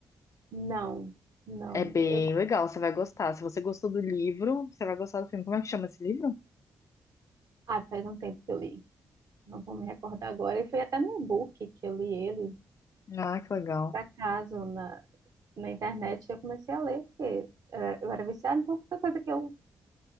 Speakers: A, on the right; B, on the left.
A: não, não.
B: É bem
A: Eu,
B: legal, você vai gostar. Se você gostou do livro, você vai gostar do filme. Como é que chama esse livro?
A: ah, faz um tempo que eu li. Não vou me recordar agora. E foi até no book que eu li ele,
B: Ah, que legal.
A: por acaso, na internet, eu comecei a ler, porque eh, eu era viciada, então qualquer coisa que eu,